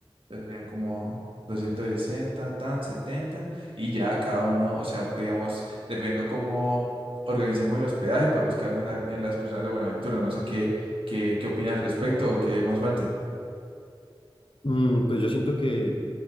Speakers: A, on the right (about 70°); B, on the left (about 65°).
A: Entonces serían como 260 tan setenta Y ya cada uno, o sea, digamos, dependiendo cómo organicemos el hospedaje, podemos quedarnos en, la- en las personas de Buenaventura. No sé qué, qué, qué opina al respecto o qué más falte.
B: Mm, pues yo siento que